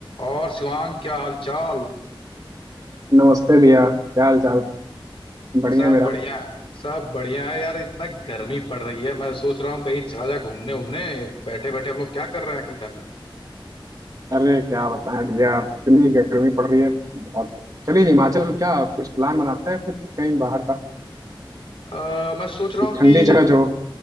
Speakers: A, on the left; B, on the right.
A: और शिवांग क्या हाल चाल
B: नमस्ते भैया क्या हाल चाल बढ़िया
A: सब
B: मेरा
A: बढ़िया है सब बढ़िया है यार इतना गर्मी पड़ रही है मैं सोच रहा हूँ कहीं चला जा घूमने उमने बैठे बैठे हम लोग क्या कर रहे हैं आखिर घर में
B: अरे क्या बताएं भैया इतनी गर्मी पड़ रही है बहुत चलिए हिमाचल क्या कुछ प्लान बनाते हैं फिर कहीं बाहर का
A: आ, मैं सोच रहा
B: कोई
A: हूँ
B: ठंडी
A: कि
B: जगह जो हो।